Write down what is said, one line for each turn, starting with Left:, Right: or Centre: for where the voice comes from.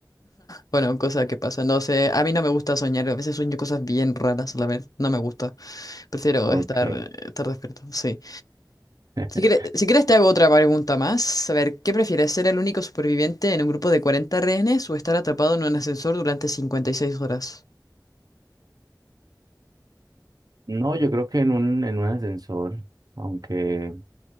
Left: Bueno, cosa que pasa. No sé, a mí no me gusta soñar. A veces sueño cosas bien raras, la verdad. No me gusta. Prefiero
Right: Ok.
Left: estar, estar despierto, sí.
Right: <laughs>
Left: Si quieres, si quieres te hago otra pregunta más. A ver, ¿qué prefieres, ser el único superviviente en un grupo de 40 rehenes o estar atrapado en un ascensor durante cincuenta y seis horas?
Right: No, yo creo que en un, en un ascensor, aunque